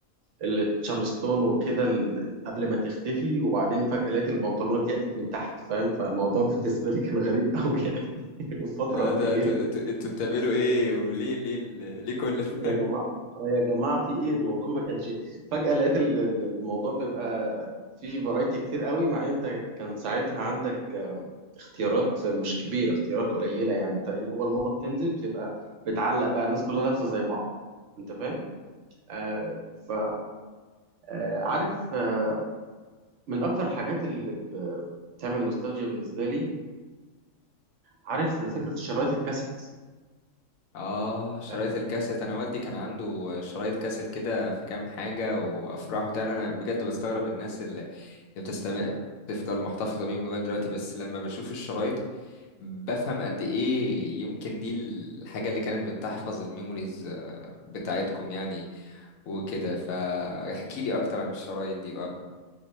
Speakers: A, on the right; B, on the left.
A: ال- تشارلستون وكده ال- قبل ما تختفي وبعدين فجاه لقيت البنطلونات ضيقت من تحت فاهم فالموضوع <laughs> بالنسبه لي كان غريب قوي يعني <laughs> وفتره
B: اللي هو
A: قليله
B: انتوا انتوا- انتوا- انتوا بتعملوا ايه وليه ليه ال- ليه كل ده
A: يا جماعة
B: <laughs>
A: اه يا جماعة في ايه الموضوع ما كانش فجأة لقيت ال- ال- الموضوع بيبقى فيه فرايتي كتير قوي مع ان انت كان ساعتها عندك آه، اختيارات مش كبيرة اختيارات قليلة يعني انت ايه هو الموضة بتنزل بتبقى بتعلق بقى الناس كلها لابسة زي بعض انت فاهم آه ف آه عارف آه، من اكتر الحاجات اللي ب- بتعمل نوستالجيا بالنسبة لي عارف فكرة شرايط الكاسيت
B: اه شرايط
A: آه آه،
B: الكاسيت انا والدي كان عنده شرايط كاسيت كده في كام حاجه وافراح وبتاع انا بجد بستغرب الناس اللي اللي بتستمع بتفضل محتفظه بيهم لغايه دلوقتي بس لما بشوف الشرايط بفهم قد ايه يمكن دي الحاجه اللي كانت بتحفظ الميموريز آه، بتاعتكم يعني وكده فاحكي لي اكتر عن الشرايط دي بقى